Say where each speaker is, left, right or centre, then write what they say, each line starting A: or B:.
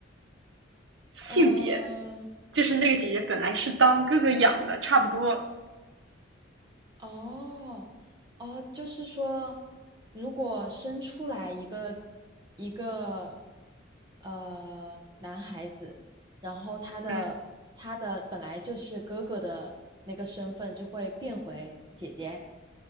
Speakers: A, on the right (about 70°); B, on the right (about 20°).
A: 性别
B: 呃，
A: 就是那个姐姐本来是当哥哥养的，差不多，
B: 哦，哦，就是说，如果生出来一个一个呃男孩子，然后他的他的本来就是哥哥的那个身份就会变回姐姐。
A: 嗯，